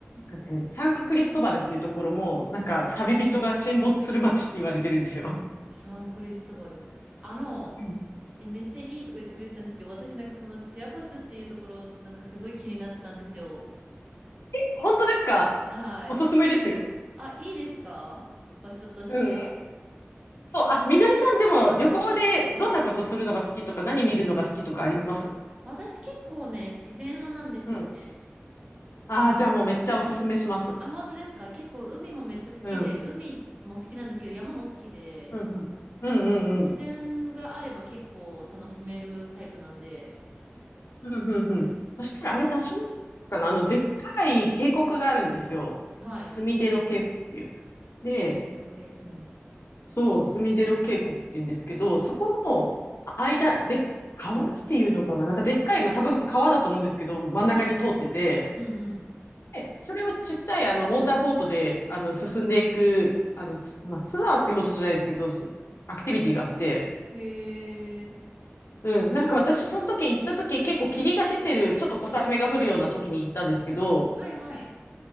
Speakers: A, on the left; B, on the right.
A: なんかねサンクリストバルっていうところも、なんか旅人が沈没する街って言われてるんですよ。
B: サンクリストバル。あの、
A: うん
B: え、めっちゃいいとか言ってくれてたんですけど、私なんかそのチアパスっていうところ、なんかすごい気になってたんですよ。
A: 本当ですか
B: はい。
A: おすすめですよ。
B: あ、いいですか場所として。
A: うんうん。そう、あ、みのりさんでも旅行でどんなことするのが好きとか何見るのが好きとかあります
B: 私結構ね、自然派なんですよね。
A: うん。ああ、じゃあもうめっちゃおすすめします。
B: あ、本当ですか結構海もめっちゃ好きで、
A: うん。うん
B: 海も好きなんですけど、山も好きで、
A: うんうんうんうん。
B: なので自然があれば結構楽しめるタイプなんで、
A: うんうんうん。そしたらあれナショナルかなあの、でっかい渓谷があるんですよ。
B: はい。
A: スミデロ渓谷っていう。
B: スミゲロ系。
A: で、
B: うん。
A: そう、スミデロ渓谷って言うんですけど、そこの間で、川っていうのかな、なんかでっかい、まあ、多分川だと思うんですけど、真ん中に通ってて、
B: はい。うんう
A: で、それをちっちゃいあのモーターボートであの進んでいく、あのツまあ、ツアーっていうほどじゃないですけど、すアクティビティがあって、
B: ん。へえ。
A: うん、なんか私その時行った時結構霧が出てる、ちょっと小雨が降るような時に行ったんですけど、
B: はいはい。